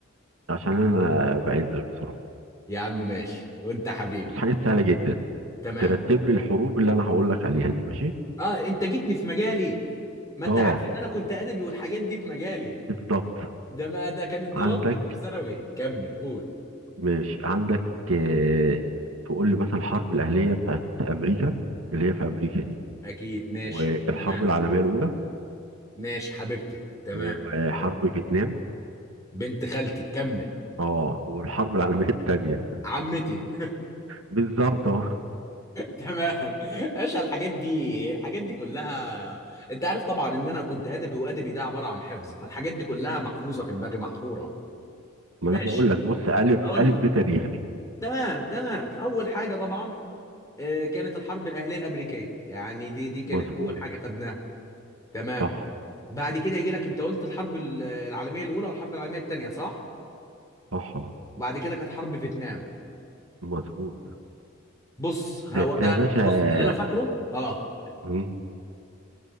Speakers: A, on the right; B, on the left.
A: عشان أنا بعزك بصراحة
B: يا عم ماشي وانت حبيبي
A: بص حاجات سهلة جدا
B: تمام
A: ترتب لي الحروب اللي أنا هقول لك عليها دي ماشي
B: اه انت جيتني في مجالي ما انت
A: أه
B: عارف ان انا كنت ادبي والحاجات دي في مجالي
A: بالظبط
B: ده ما ده كانت
A: عندك
B: دراستي دي في ثانوي كمل قول
A: ماشي عندك آه تقول لي مثلا الحرب الأهلية بتاعت أمريكا اللي هي في أمريكا دي
B: اكيد ماشي
A: والحرب
B: تمام
A: العالمية الأولى
B: ماشي حبيبتي تمام
A: وحرب فيتنام
B: بنت خالتي كمل
A: أه والحرب العالمية التانية
B: عمتي <laughs>
A: بالظبط أه
B: تمام ايش الحاجات دي الحاجات دي كلها انت عارف طبعا ان انا كنت ادبي وادبي ده عباره عن حفظ فالحاجات دي كلها محفوظه في دماغي محفوره
A: ما
B: ماشي
A: أنا بقول لك بص ألف
B: اقول
A: ألف
B: لك
A: بتاريخ دي
B: تمام تمام اول حاجه طبعا آه، كانت الحرب الاهليه الامريكيه يعني دي دي كانت
A: مظبوط
B: اول حاجه خدناها تمام
A: صح
B: بعد كده يجي لك انت قلت الحرب ال- العالميه الاولى والحرب العالميه الثانيه صح
A: صح
B: وبعد كده كانت حرب فيتنام
A: مظبوط
B: بص
A: ده
B: هو
A: انت
B: ده
A: يا باشا
B: بص اللي انا فاكره اه
A: مم.